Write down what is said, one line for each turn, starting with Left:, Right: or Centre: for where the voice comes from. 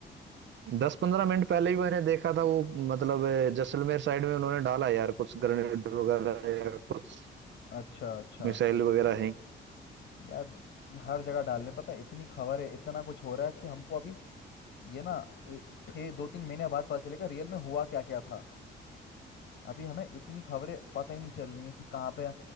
Right: दस पंद्रह मिनट पहले ही मैंने देखा था वो मतलब अ, जैसलमेर साइड में उन्होंने डाला यार कुछ ग्रेनेड वगैरह या कुछ
Left: अच्छा अच्छा
Right: मिसाइल वगैरह है
Left: यार हर जगह डाल रहे हैं पता है इतनी खबर है इतना कुछ हो रहा है कि हमको अभी ये ना ए, छः दो तीन महीने बाद पता चलेगा रियल में हुआ क्या क्या था अभी हमें इतनी खबरें पता ही नहीं चल रही हैं कि कहाँ पे